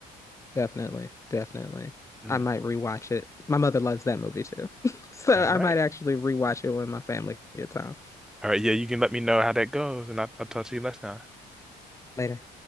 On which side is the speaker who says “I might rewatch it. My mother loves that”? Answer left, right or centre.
Left